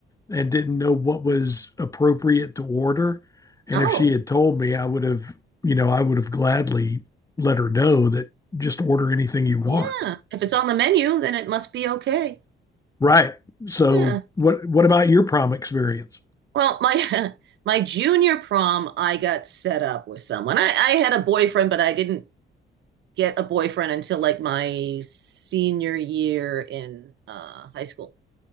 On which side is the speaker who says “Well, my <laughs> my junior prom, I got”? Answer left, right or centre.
Right